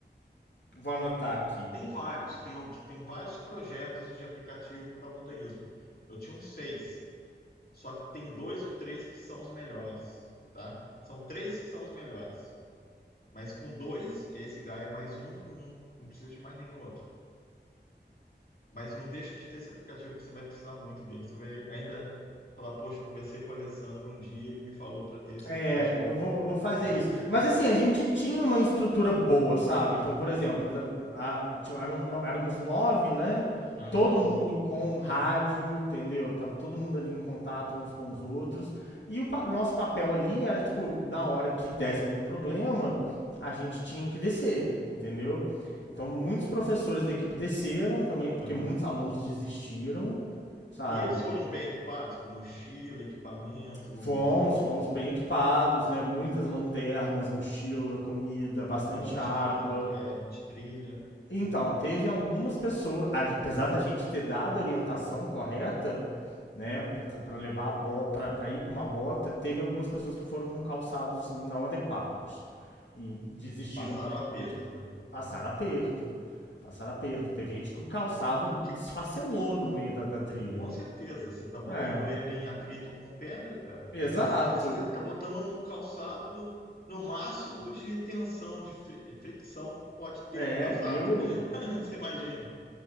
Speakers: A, on the left; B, on the left.
A: Vou anotar aqui.
B: Tem vários, tem, al- tem vários projetos de aplicativo para montanhismo. Eu tinha uns seis, só que tem dois ou três que são os melhores, tá? São três que são os melhores. Mas com dois, esse Gaia mais um, não, não precisa de mais nenhum outro. Mas não deixa de ter esse aplicativo que você vai precisar muito dele. Você vai ainda falar, poxa, conversei com o Alessandro um dia, ele me falou para ter esse
A: É,
B: aplicativo.
A: eu vou, eu vou fazer
B: E vai...
A: isso. Mas assim, a gente tinha uma estrutura boa, sabe? Então, por exemplo, da- a- tinha- eram no- éramos nove, né?
B: Aham,
A: Todo mundo com rádio, entendeu? Tava todo mundo ali em contato uns com os outros. E o pa- nosso papel ali era, tipo, na hora que desse algum problema, a gente tinha que descer, entendeu? Então, muitos professores da equipe desceram também, porque
B: aham.
A: muitos alunos desistiram, sabe?
B: E eles foram bem equipados, com mochila, equipamento,
A: Fomos, fomos bem equipados, né? Muitas lanternas, mochila, comida, bastante
B: botinha,
A: água.
B: tu- é, de trilha,
A: Então, teve algumas pessoas, a- apesar da gente ter dado a orientação correta, né, para levar a bota, para ir com uma bota, teve algumas pessoas que foram com calçados não adequados e desistiram
B: e passaram
A: por
B: o
A: conta
B: aperto,
A: de
B: né?
A: passar aperto. Passar aperto. Teve gente que o calçado
B: O que
A: desfacelou no meio da, da trilha.
B: Com certeza, você está botando
A: É,
B: ele em atrito com pedra, cara.
A: exato.
B: É, você está botando um calçado no, no máximo de tensão, de fri- fricção que pode ter
A: É,
B: um calçado.
A: eu,
B: <laughs> Você imagina?